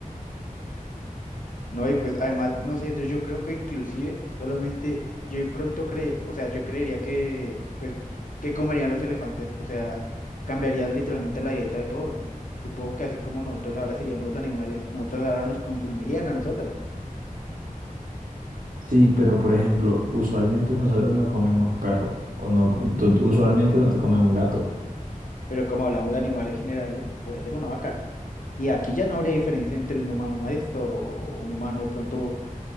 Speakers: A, on the left; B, on the right.
A: No, y pues además, no sé, yo yo creo que inclusive solamente yo de pronto cre, o sea, yo creería que, pues, que comerían los elefantes? O sea, cambiaría literalmente la dieta de todos, ¿no? Supongo que así como nosotros ahora seríamos los animales, nosotros ahora nos consumirían a nosotros.
B: Sí, pero por ejemplo, usualmente nosotros no comemos perros, o no, tú- usualmente no te comes un gato.
A: Pero como hablamos de animales generales, puede ser una vaca. Y aquí ya no habría diferencia entre un humano esto, un humano de pronto